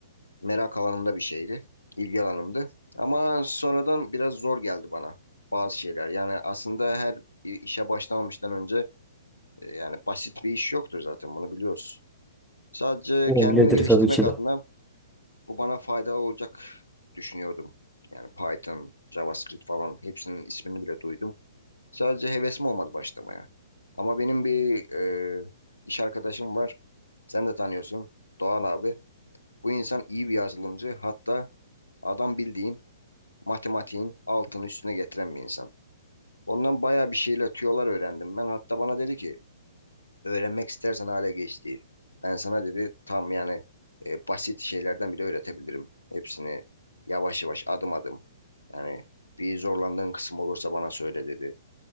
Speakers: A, on the left (about 85°); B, in the centre.
A: Merak alanımda bir şeydi. ilgi alanımdı. Ama sonradan biraz zor geldi bana bazı şeyler. Yani aslında her bir işe başlamamıştan önce e, yani basit bir iş yoktur zaten bunu biliyoruz. Sadece
B: Öyledir
A: kendimi geliştirmek
B: tabii ki
A: adına
B: de.
A: bu bana faydalı olacak düşünüyordum. Yani Python, JavaScript falan hepsinin ismini bile duydum. Sadece hevesim olmadı başlamaya. Ama benim bir e, iş arkadaşım var. Sen de tanıyorsun. Doğan abi. Bu insan iyi bir yazılımcı. Hatta adam bildiğin matematiğin altını üstüne getiren bir insan. Ondan bayağı bir şeyle tüyolar öğrendim. Ben hatta bana dedi ki öğrenmek istersen hale geç değil. Ben sana dedi tam yani e, basit şeylerden bile öğretebilirim. Hepsini yavaş yavaş adım adım. Yani bir zorlandığın kısım olursa bana söyle dedi.